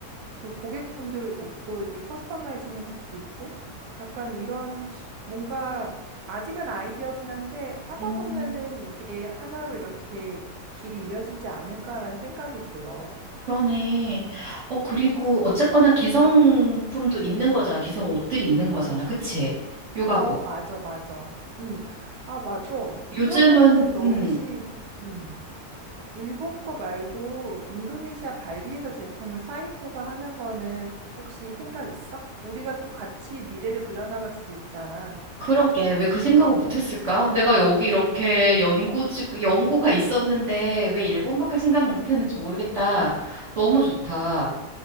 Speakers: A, on the right; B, on the right.
A: 그 고객분들 옷도 이렇게 커스터마이징 해줄 수 있고 약간 이런 뭔가 아직은 아이디어긴 한데 하다
B: 어,
A: 보면은 이게 하나로 이렇게 길이 이어지지 않을까라는 생각이 들어.
B: 그러네. 어, 그리고 어쨌거나 기성품도 있는 거잖아. 기성 옷들이 있는 거잖아. 그치? 요가복.
A: 어, 맞아, 맞아. 음, 아, 맞아.
B: 요즘은,
A: 그러면은 너
B: 음,
A: 혹시 음, 일본 거 말고 인도네시아 발리에서 제품을 사입해서 하는 거는 혹시 생각 있어? 우리가 또 같이 미래를 그려나갈 수도 있잖아.
B: 그러게. 왜 그 생각을 못 했을까? 내가 여기 이렇게 연고지, 연고가 있었는데 왜 일본밖에 생각 못 했는지 모르겠다. 너무 좋다.